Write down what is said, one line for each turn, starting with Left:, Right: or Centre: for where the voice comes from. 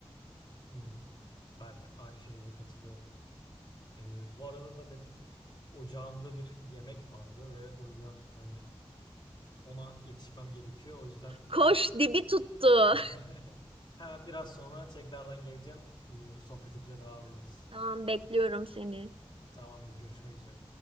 Left: Hmm, Ben de aynı şeylere katılıyorum. Ee, bu arada da benim ocağımda bir yemek vardı ve o yüzden hani ona yetişmem gerekiyor. O yüzden
Right: Koş dibi tuttu.
Left: <laughs> hemen biraz sonra tekrardan geleceğim. Ee, sohbetimize devam ederiz.
Right: <laughs> Tamam bekliyorum seni.
Left: Tamamdır, görüşmek üzere.